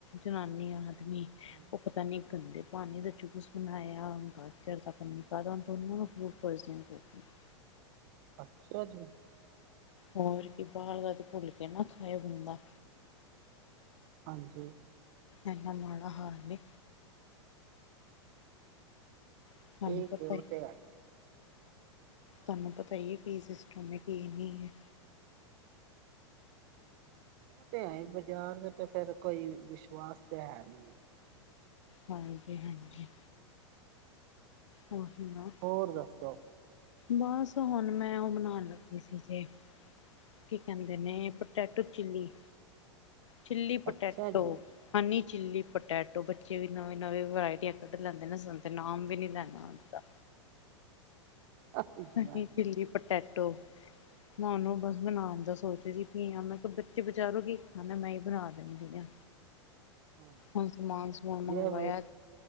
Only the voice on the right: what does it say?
ਹਾਂਜੀ
ਅੱਛਾ ਜੀ।
ਹਾਂਜੀ।
ਠੀਕ
ਏ ਉਹ
ਤੇ ਹੈ ਹੀ। ਹੈ
ਉਹ ਤੇ ਹੈ, ਬਾਜ਼ਾਰ ਦਾ ਤਾਂ ਫੇਰ ਕੋਈ ਵਿਸ਼ਵਾਸ ਤੇ ਹੈ ਨਹੀਂ।
ਹੋਰ ਦੱਸੋ?
ਅੱਛਾ ਜੀ
ਹਾਂਜੀ
ਹਾਂਜੀ
ਹਾਂਜੀ
ਚਲੋ
ਵਧੀਆ